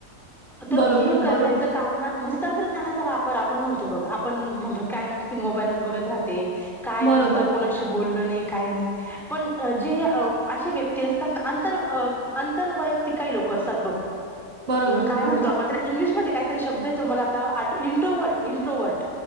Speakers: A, in the centre; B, on the right.
A: तर
B: बरोबर
A: हे करण्याच
B: बरोबर आहे
A: काम ना म्हणजे. तंत्रज्ञानाचा वापर आपण म्हणतो बघ. आपण म्हणतो काय नुसती मोबाईलच बघत राहते. काय नुसतं
B: बरोबर बरोबर
A: कोणाशी बोलणं नाही काय नाही पण जे असे व्यक्ती असतात ना अंतर अंतरवयंक्तिक काही लोक असतात बघ
B: बरोबर
A: काय
B: बरोबर
A: म्हणतो आपण इंग्लिश काहीतरी शब्द आहे तो मला आता इंट्रोवर्ट इंट्रोवर्ट